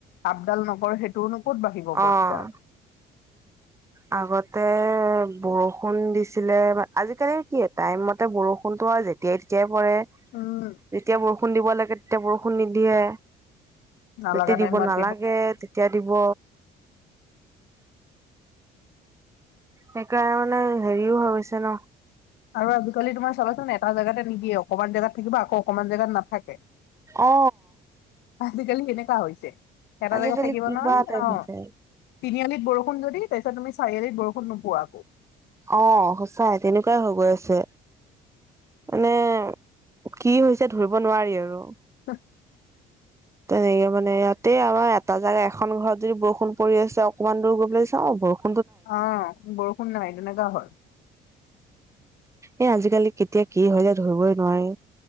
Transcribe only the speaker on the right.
অ'। আগতে বৰষুণ দিছিলে, আজিকালিৰ কি টাইম মতে বৰষুণতো আজি যেতিয়াই তেতিয়াই পৰে,
যেতিয়া বৰষুণ দিব লাগে তেতিয়া বৰষুণ নিদিয়ে।
যেতিয়া
দিব নালাগে তেতিয়া দিব। সেইকাৰণে সেৰিও হৈ গৈছে ন'।
অঁ।
আজিকালি
কিবা
টাইপ
হৈছে
অঁ' সঁচাই তেনেকুৱাই হৈ গৈ আছে। মানে কি হৈছে ধৰিব নোৱাৰি আৰু।
তেনেকে মানে ইয়াতে আমাৰ এটা জেগা এখন ঘৰত যদি বৰষুণ পৰি আছে অকনমান দূৰ গৈ পেলাই চাওঁ বৰষুণ।
এ আজিকালি কেতিয়া কি হয় যায় ধৰিবই নোৱাৰি।